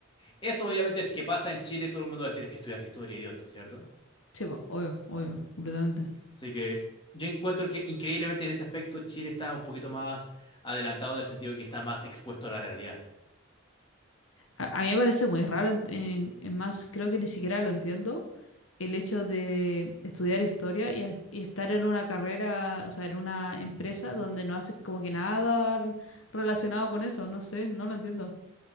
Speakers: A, on the left; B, on the left.
A: Eso obviamente es que pasa en Chile, todo el mundo va a decir, es que estudiaste historia, idiota, ¿cierto?
B: Sí, po, obvio, obvio, completamente.
A: Así que yo encuentro que increíblemente en ese aspecto Chile está un poquito más adelantado en el sentido de que está más expuesto a la realidad.
B: A, a mí me parece muy raro, en, en- en más creo que ni siquiera lo entiendo el hecho de estudiar historia y, as- y estar en una carrera, o sea, en una empresa donde no haces como que nada r- relacionado con eso, no sé, no lo entiendo.